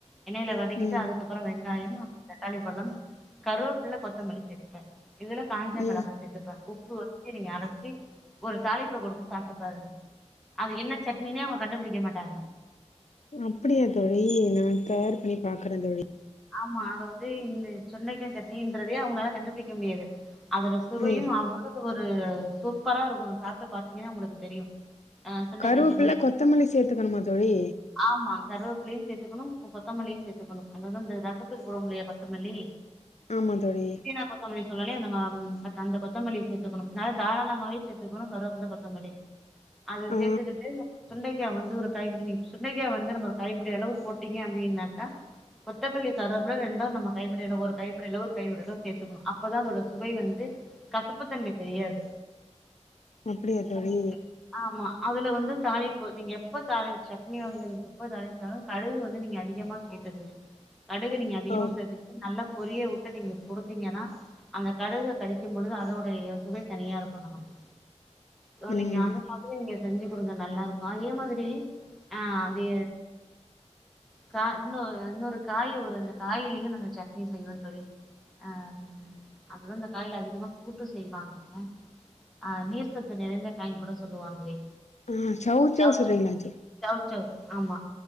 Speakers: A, in the centre; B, on the left.
A: எண்ணெயில வதக்கிட்டு
B: ம்
A: அதுக்கு அப்புறோ வெங்காயம் அப்புறோ தக்காளி பழம் கருபுள்ள கொத்தமல்லி சேத்துப்ப இதுல காஞ்ச
B: ம்
A: மெளகா சேத்துப்ப உப்பு வச்சி நீங்க அரைச்சி ஒரு தாளிப்ப குடுத்து சாப்ட்டு பாருங்க அது என்ன சட்னினே அவுங்க கண்டுபிடிக்க மாட்டாங்க
B: அப்படியா தோழி நா தயார் பண்ணி பாக்குற தோழி
A: ஆமா அத வந்து இந்த சுண்டைக்காய் சட்னின்றதே அவுங்களால கண்டுபுடிக்க முடியாது அதுல சுவையு
B: ம்
A: அவ்வளோ ஒரு சூப்பரா இருக்கு சாப்ட்டு பாத்தீங்கன்னா உங்களுக்கு தெரியு அ சுண்டைக்காய்
B: கருவேப்பில
A: சட்னிங்க
B: கொத்தமல்லி சேத்துக்கணுமா தோழி
A: ஆமா கருவப்லையு சேத்துக்கணு கொத்தமல்லியு சேத்துக்கணு அத இந்த ரசத்துக்கு போடுவமுல்லையா கொத்தமல்லி
B: ஆமா தோழி
A: புதினா கொத்தமல்லி சொன்னாலே நம்ம அந்த கொத்தமல்லி சேத் த்துக்கணும் நல்லா தாராளமாவே சேத்துக்கணு கருவப்பில்ல கொத்தமல்லி அத
B: ஆ
A: சேத்துக்கிட்டு சுண்டைக்காய் வந்து ஒரு கைப்பிடி நீங்க சுண்டக்காய் வந்து நம்ம ஒரு கைப்பிடி அளவு போட்டீங்க அப்டின்னாக்கா கொத்தமல்லி கருவப்புல ரெண்டு நம்ம கைப்படியளவு ஒரு கைப்படியலவு ஒரு கைப்படியவு சேத்துகணு அப்பதா அதோட சுவை வந்து கசப்புத்தன்மை தெரியாது
B: அப்படியா தோழி
A: உங்களுக்கு ஆமா அதுல வந்து தாழிப்பு நீங்க எப்ப தாழி சட்னி வகைகள் எப்ப தாழிச்சாலு கடுகு வந்து நீங்க அதிகமா சேத்துக்ங்க கடுகு நீங்க அதிகமா
B: ஓ
A: சேத்து நல்லா பொரிய விட்டு நீங்க குடுத்தீங்கன்னா அந்த கடுக கடிக்கும் பொழுது அதோ ட சுவை தனியா இருக்கு நமக்கு சோ
B: ம்
A: நீங்க அந்த மா திரி நீங்க செஞ்சு குடுங்க நல்லா இருக்கு அதே மாதிரி அ அது கா இன்னொ இன்னொரு காய் ஒரு அந்த காயிலயு நாங்க சட்னி செய்வோ தோழி அம் அதுவு இந்த காயில அதிகமா கூட்டு செய் வாங்குவோ அ நீர் சத்து நிறைந்த காயின் கூட சொல்லுவாங்ளே
B: ஆ சௌசௌ
A: சவ்சவ்
B: சொல்றீங்களா தோழி
A: சவ்சவ் ஆமா